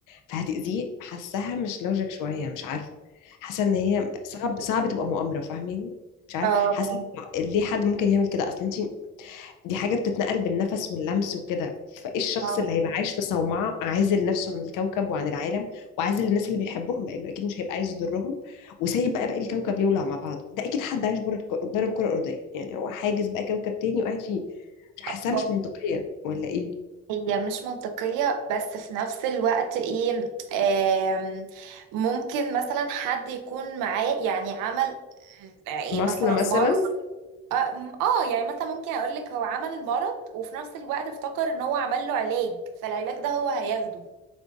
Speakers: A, on the left; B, on the right.
A: فهتأذيه حاساها مش لوجيك شوية مش عارفة حاسة ان هي صعب صعب تبقى مؤامرة فاهماني مش عارفة
B: اه
A: حاسة ليه حد ممكن يعمل كده اصلا انت دي حاجة بتتنقل بالنفس واللمس وكده فايه الشخص
B: اه
A: اللي هيبقى عايش في صومعة عازل نفسه عن الكوكب وعن العالم وعازل الناس اللي بيحبهم لأنه أكيد مش هيبقى عايز يضرهم وسايب بقى باقي الكوكب يولع مع بعضه ده أكيد حد عايش بره الك- بره الكرة الأرضية يعني هو حاجز بقى كوكب تاني وقاعد فيه مش حاساها
B: آه.
A: مش منطقية ولا إيه؟
B: هي مش منطقية بس في نفس الوقت ايه آم، ممكن مثلا حد يكون معاه يعني عمل آه، ايه
A: مصل
B: مثلا
A: مثلا
B: أصلا مرض اه م- آه، يعني مثلا ممكن اقولك هو عمل المرض وفي نفس الوقت افتكر ان هو عمل له علاج فالعلاج ده هو هياخده